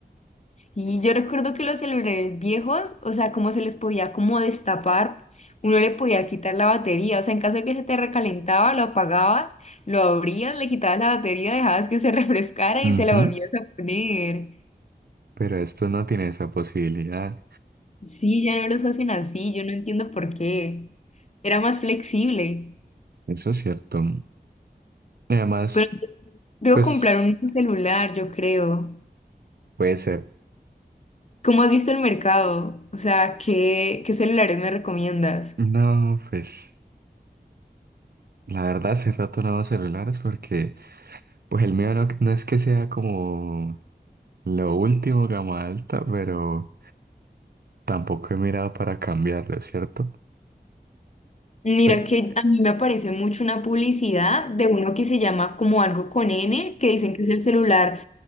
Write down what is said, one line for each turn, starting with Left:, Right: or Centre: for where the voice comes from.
Left: Sí, yo recuerdo que los celulares viejos, o sea, cómo se les podía como destapar, uno le podía quitar la batería, o sea, en caso de que se te recalentaba, lo apagabas, lo abrías, le quitabas la batería, dejabas que se <laughs> refrescara
Right: Ujú,
Left: y se la volvías a poner.
Right: Pero esto no tiene esa posibilidad.
Left: Sí, ya no los hacen así, yo no entiendo por qué. Era más flexible,
Right: Eso es cierto. además,
Left: pero debo
Right: pues
Left: comprar un nuevo celular, yo creo.
Right: puede ser.
Left: ¿Cómo has visto el mercado? O sea, ¿qué, qué celulares me recomiendas?
Right: No, pues la verdad hace rato no hago celulares porque pues el mío no, no es que sea como lo último gama alta, pero tampoco he mirado para cambiarlo, ¿cierto?
Left: Mira
Right: Pe-
Left: que a mí me aparece mucho una publicidad de uno que se llama como algo con N, que dicen que es el celular